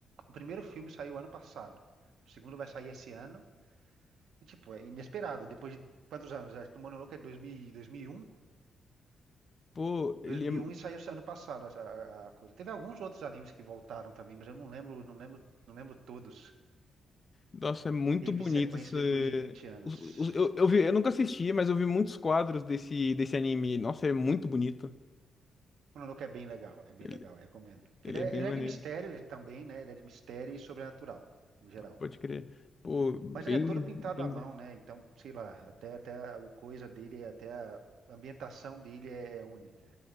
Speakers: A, on the right (about 80°); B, on the left (about 30°).
A: o primeiro filme saiu ano passado, o segundo vai sair esse ano. E, tipo, é inesperado. Depois de quantos anos? Acho que o Mononoke é de 2000, 2001. 2001 e um.
B: Pô, ele
A: dois
B: é.
A: mil e um e saiu esse ano passado a, a- a coisa. Teve alguns outros animes que voltaram também, mas eu não lembro, não lembro, não lembro todos.
B: Nossa, é muito
A: Teve
B: bonito
A: sequência
B: esse...
A: depois de 20 anos.
B: os- os- Eu, eu vi, eu nunca assisti, mas eu vi muitos quadros desse, desse anime. Nossa, é muito bonito.
A: Mononoke é bem legal, é bem
B: Ele,
A: legal, recomendo. Porque
B: ele
A: ele é,
B: é bem
A: ele
B: maneiro,
A: é de mistério também, né? Ele é de mistério e sobrenatural, no geral.
B: pode crer. Pô, bem,
A: Mas ele é todo pintado
B: bem...
A: à mão, né? Então, sei lá, até, até o coisa dele, até a ambientação dele é é única.